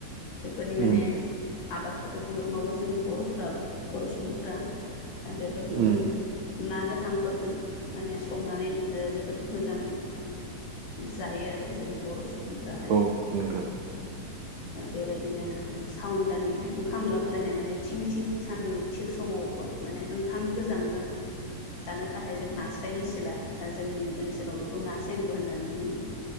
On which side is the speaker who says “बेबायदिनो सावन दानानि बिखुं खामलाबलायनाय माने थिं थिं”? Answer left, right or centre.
Left